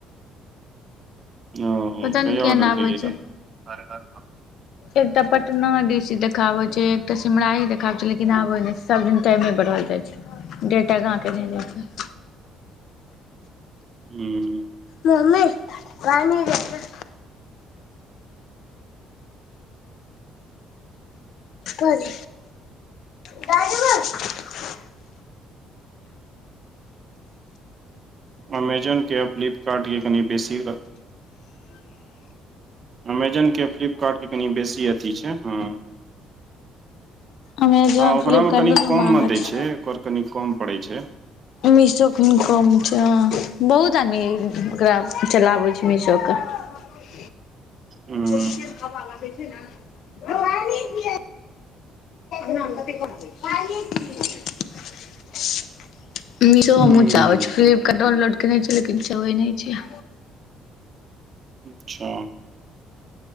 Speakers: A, on the right (about 40°); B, on the left (about 70°).
A: ओ
B: पता नहि
A: कहिया
B: किया
A: ऑर्डर
B: नहि आबै
A: केलियै
B: छै
A: तऽ <unintelligible>
B: एकटा पटना दिश देखाबै छै एकटा कैमरा आये देखाबै छैय लेकिन आबै नैय छैय सब दिन टाइमे बढ़ल जाय छैय डेट आगाँ केने जाय छैय।
A: हूँ।
B: मम्मी पानी दे दो। पानी दादी माँ।
A: अमेजन के आ फ्लिपकार्ट के कनि बेसी अमेजन के अ फ्लिपकार्ट के कनि बेसी अथी छैय हँ।
B: अमेजोन
A: हँ ओकरा
B: फ्लिपकार्ट
A: में कनि
B: दुनू
A: कम
B: महगा
A: में दै
B: छै
A: छैय ओकर कनि कम पड़ै छैय।
B: मीशो कनी कम छैय हँ। बहुत आदमी ओकरा चलाबै छैय मीशो कऽ। <unintelligible>
A: हूँ
B: केहेन हावा लागै छैय न रोहानी के। नाम कथि कहबै <unintelligible> मिशो
A: हूँ
B: हमहूँ चाबै छीयै फ्लिपकार्ट डाउनलोड केने छियै लेकिन चबै नैय छियै।
A: अच्छा।